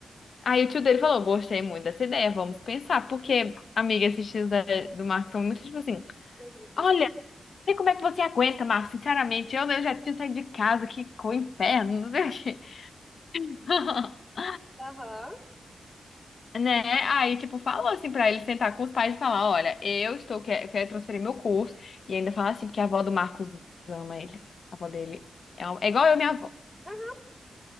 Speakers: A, on the left; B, in the centre.
A: Aí o tio dele falou: gostei muito dessa ideia, vamos pensar. Porque, amiga, esses tios da- do Marco são muito tipo assim:
B: queridos.
A: olha, não sei como é que você aguenta, Marco, sinceramente, eu, eu já tinha saído de casa, que co- inferno, não sei o quê. <laughs>
B: Aham,
A: Né? Aí, tipo, falou assim pra ele sentar com os pais e falar: Olha, eu estou, quer, quero transferir meu curso. E ainda falar assim, porque a avó do Marcos ama ele. A avó dele é, uma- é igual eu, minha avó.
B: aham,